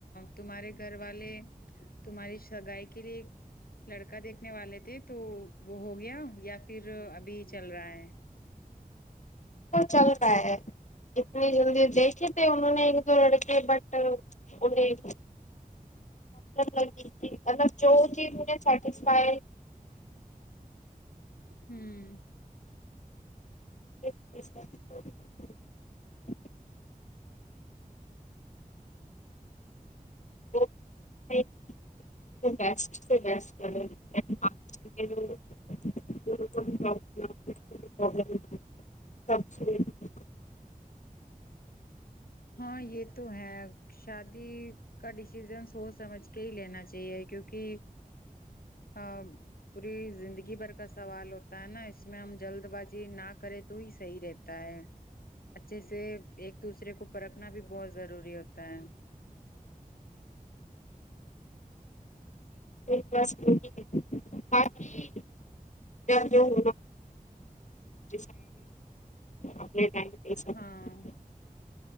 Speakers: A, on the left; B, on the left.
A: تمہارے گھر والے تمہاری سگائی کے لیے لڑکا دیکھنے والے تھے تو وہ ہو گیا یا پھر ابھی چل رہا ہے
B: چل رہا ہے اتنی جلدی دیکھھی انہوں نے ایک دو لڑک بٹ انہیں لگ تھیطب جو چیز مجھے سیٹسفائی
A: ہوں
B: <inaudible> سے <unintelligible> ب س چ پرابلم سب چھ <unintelligible>
A: ہاں یہ تو ہے شادی کا ڈسیزن سوچ سمجھ کے ہی لینا چاہیے کیونکہ <unintelligible> ہاں پوری زندگی بھر کا سوال ہوتا ہے نا اس میں ہم جلد بازی نہ کریں تو ہی صحیح رہتا ہے <unintelligible> اچھے سے ایک دوسرے کو پرکھنا بھی بہت <unintelligible> ضروری ہوتا ہے <unintelligible>
B: ی <unintelligible> جب جو <unintelligible> ڈ اپنے ٹائم <unintelligible>
A: ہاں